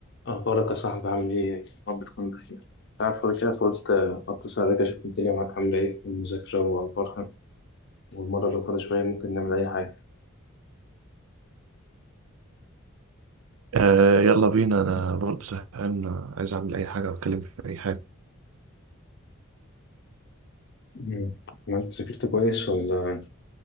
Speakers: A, on the left (about 55°); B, on the right (about 80°).
A: أخبارك يا صاحبي عامل إيه؟ رب تكون بخير، تعرف فاضي كده فقلت أتصل عليك أشوف الدنيا معاك عاملة إيه والمذاكرة وأخبارها والمرة اللي فاضي شوية ممكن نعمل أي حاجة.
B: آه يلا بينا انا برضه زهقان عايز اعمل اي حاجه واتكلم في اي حاجه
A: مم. عملت ذاكرت كويس ولا